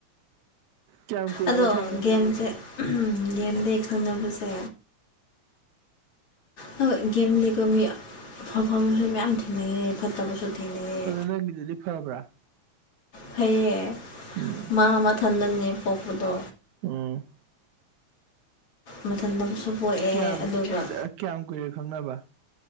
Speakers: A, on the right (about 80°); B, on the left (about 50°).
A: ꯀꯌꯥꯝ ꯀꯨꯏꯔꯕ
B: ꯑꯗꯣ
A: ꯈꯪꯅꯕ
B: ꯒꯦꯝꯁꯦ ꯒꯦꯝꯗꯒꯤ ꯈꯪꯅꯕꯁꯦ ꯍꯣꯏ ꯒꯦꯝ ꯂꯩꯕ ꯃꯤ ꯑꯐꯕꯁꯨ ꯃꯌꯥꯝ ꯊꯦꯡꯅꯩ ꯐꯠꯇꯕꯁꯨ ꯊꯦꯡꯅꯩ
A: ꯅꯡꯒꯤꯗꯨꯗꯤ ꯐꯕꯥꯔ
B: ꯐꯥꯏꯌꯦ
A: ꯎꯝ
B: ꯃꯥ ꯃꯊꯟꯗꯅꯤ ꯄꯣꯛꯄꯗꯣ
A: ꯎꯝ
B: ꯃꯊꯟꯇꯁꯨ ꯄꯣꯛꯑꯦ
A: ꯀꯌꯥꯝ
B: ꯑꯗꯨꯒ
A: ꯀꯌꯥꯝ ꯀꯨꯏꯔꯦ ꯈꯪꯅꯕ